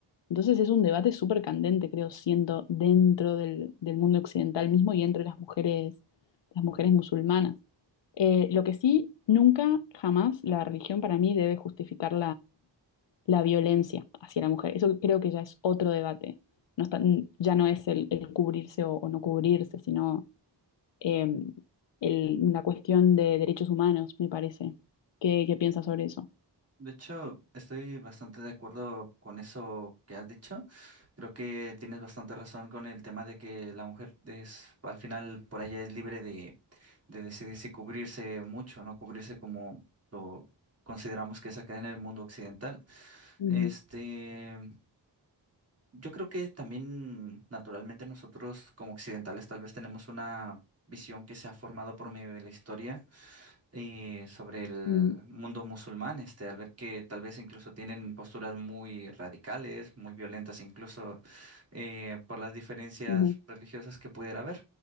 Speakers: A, on the left (about 80°); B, on the right (about 35°).
A: Entonces es un debate súper candente, creo, siendo dentro del, del mundo occidental mismo y entre las mujeres, las mujeres musulmanas. Eh, lo que sí, nunca, jamás la religión para mí debe justificar la violencia hacia la mujer. Eso creo que ya es otro debate. No está- ya no es el, el cubrirse o, o no cubrirse, sino eh, el- una cuestión de derechos humanos, me parece. ¿Qué, qué piensas sobre eso?
B: De hecho, estoy bastante de acuerdo con eso que has dicho. Creo que tienes bastante razón con el tema de que la mujer es, al final, por allá es libre de, de decidir si cubrirse mucho, no cubrirse como lo consideramos que es acá en el mundo occidental.
A: Ujú,
B: Este, Yo creo que también naturalmente nosotros como occidentales tal vez tenemos una visión que se ha formado por medio de la historia eh, sobre el
A: ujú,
B: mundo musulmán, este, al ver que tal vez incluso tienen posturas muy radicales, muy violentas incluso eh, por las diferencias
A: ujú.
B: religiosas que pudiera haber.